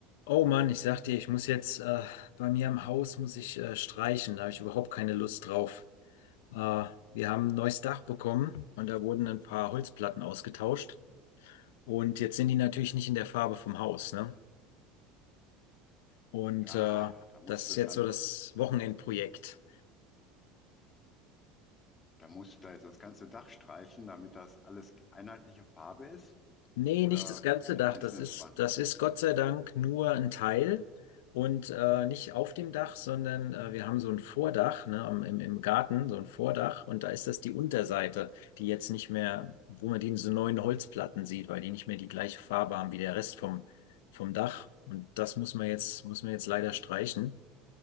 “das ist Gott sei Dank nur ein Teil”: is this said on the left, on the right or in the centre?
Left